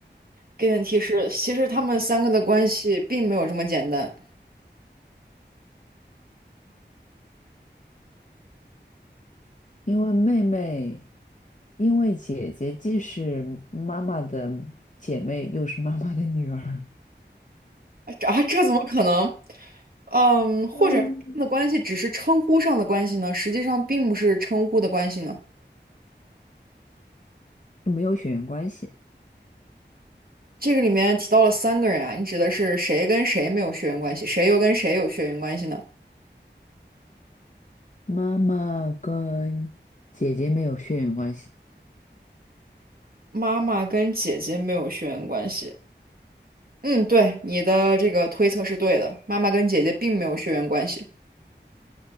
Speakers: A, on the right; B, on the left.
A: 给点提示，其实他们三个的关系并没有这么简单
B: 因为妹妹，因为姐姐既是妈妈的姐妹，又是妈妈的女儿，
A: 啊！这啊这怎么可能？嗯，或者他们的关系只是称呼上的关系呢？
B: 嗯，
A: 实际上并不是称呼的关系呢。
B: 没有血缘关系。
A: 这个里面提到了三个人啊，你指的是谁跟谁没有血缘关系，谁又跟谁有血缘关系呢？
B: 妈妈跟姐姐没有血缘关系，
A: 妈妈跟姐姐没有血缘关系。嗯，对，你的这个推测是对的，妈妈跟姐姐并没有血缘关系。